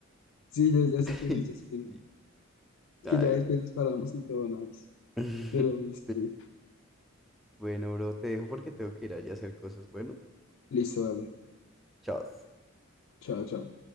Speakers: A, on the left (about 75°); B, in the centre.
A: Sí, ya, ya sé quién
B: Ay,
A: es, ya sé quién
B: sí,
A: es.
B: ay,
A: Que ya después
B: güey.
A: nos paramos y todo, nice.
B: <laughs>
A: Pero, uy, sí.
B: Bueno, bro, te dejo porque tengo que ir allá a hacer cosas. Bueno,
A: Listo, dale.
B: chao.
A: Chao, chao.